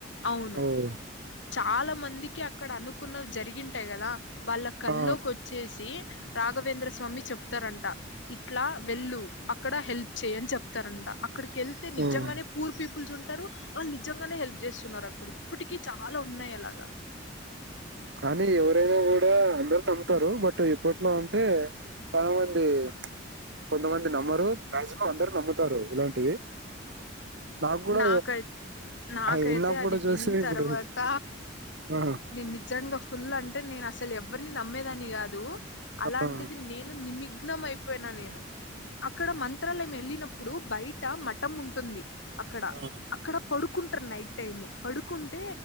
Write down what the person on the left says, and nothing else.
అవును
చాలా నిజానికి అక్కడ అను కున్న జరిగింటాయి కదా వాళ్ళ కల్లోకి
వచ్చేసి రాఘవేంద్ర స్వామి చెప్తారంట ఇట్లా వెళ్ళు అక్కడ హెల్ప్ చెయ్యని చెప్తారంట ఇక్కడికిెళ్తే
నిజంగానే పూర్ పీపుల్స్ ఉంట వాళ్ళు నిజంగానే హెల్ప్ చేస్తున్నారు అక్కడ ఇప్పటికీ చాలా ఉన్నాయి అలాగా
నాకైతే నాకైతే
అది
విని
తర్వాత
నేను నిజంగాగా ఫుల్ అంటే నేను అసలు ఎవరిని నమ్మేదాని గాదు అలాంటిది
నేను నిమిగ్నం అయిపో పోయినా నేను అక్కడ మంత్రాలయం వెళ్ళినప్పుడు బయట మఠం ఉంటుంది అక్కడ
అక్కడ పడుకు కుంట్రు నైట్ టైమ్ పడుకుంటే